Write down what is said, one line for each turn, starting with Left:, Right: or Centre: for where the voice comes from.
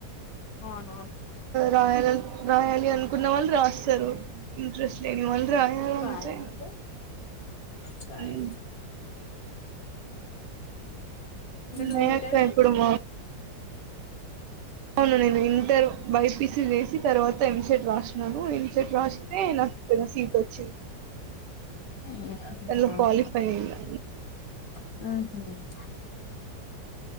Left: అవునవును
Right: రాయాల రాయాలి అనుకున్న వాళ్ళు రాస్తారు ఇంట్రెస్ట్ నేన్ ఇవాళ రాయలంతే
Left: బాయనండి సరే
Right: హ్మ్
Left: అంటే నువ్వు
Right: మయక్క
Left: ఇంటర్ చేసి
Right: ఎప్పుడుమో అవును నేను ఇంటర్ బై పీసి చేసి తర్వాత ఎంసెట్ రాసినాను ఎంసెట్ రాస్తే నాకు ఇక్కడ సీట్ వచ్చింది.
Left: అవునా
Right: దాంట్లో క్వాలిఫై
Left: ఊహూ
Right: అయినా
Left: ఆ